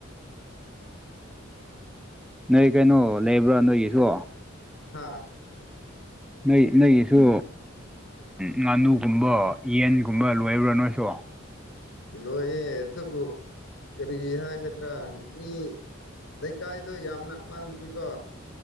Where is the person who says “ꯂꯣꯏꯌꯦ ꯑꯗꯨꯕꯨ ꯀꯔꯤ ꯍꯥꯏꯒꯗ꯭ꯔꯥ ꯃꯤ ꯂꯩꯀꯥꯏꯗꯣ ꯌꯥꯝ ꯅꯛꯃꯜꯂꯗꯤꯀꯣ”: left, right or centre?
Left